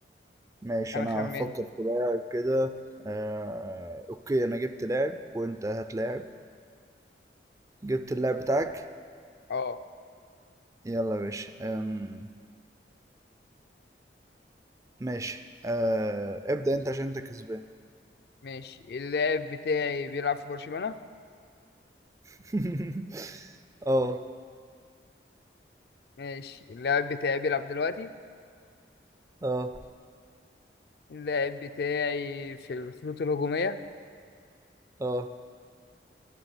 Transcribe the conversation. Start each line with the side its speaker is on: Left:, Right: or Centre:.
Right: ماشي
Left: انا
Right: انا
Left: خمنت
Right: هفكر في لاعب كده آه... اوكي انا جبت لاعب وانت هتلاعب جبت اللاعب بتاعك
Left: اه
Right: يلا يا باشا آم... ماشي آه... ابدأ انت عشان انت كسبان
Left: ماشي اللاعب بتاعي بيلعب في برشلونة
Right: <laughs> اه
Left: ماشي اللاعب بتاعي بيلعب دلوقتي
Right: اه
Left: اللاعب بتاعي في الخطوط الهجومية
Right: اه